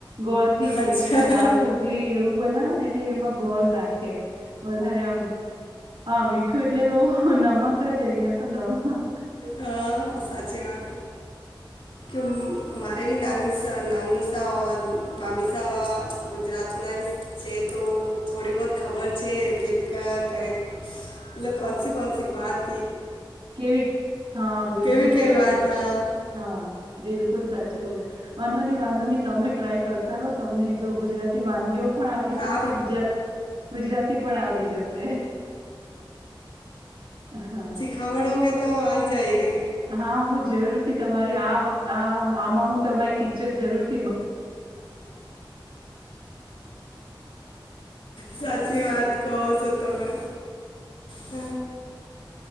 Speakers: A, on the right; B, on the left.
A: ગોળ થી છે,
B: અચ્છા
A: કે એટલે દાળ ઢોકલી એવું બનાવે ને એટલે એમાં ગોળ નાખે વધારે આમ હા મીઠું એટલે તો નમક. <unintelligible> તો નવા
B: હા સાચી વાત કે મ મારે બી નાની સા નાની શા ઓર મામીસા ગુજરાતનાઇ છે. તો થોડી બહુત ખબર છે કે ક કઇ મત કોન સી કોન સી વાત
A: કેવી, હા બિલકુલ
B: કેવી કેવી
A: સચ
B: વાત હા.
A: હા બિલકુલ સાચું કહુ છું, વાંધોની વાંધોની. તમે ટ્રાય કરતા રહો તમને જો ગુજરાતી વાનગીઓ પણ આવડી જશે.
B: આપ
A: ગુજરાતી ગુજરાતી પણ આવડી જશે. <unintelligible> હા
B: ખાવડોગે તો આઇ જાયગે
A: હા હું જરૂરથી તમારી આ વક આ આમાં હું તમારી ટીચર જરૂર
B: સાચી વાત કહો છો. તોમે હ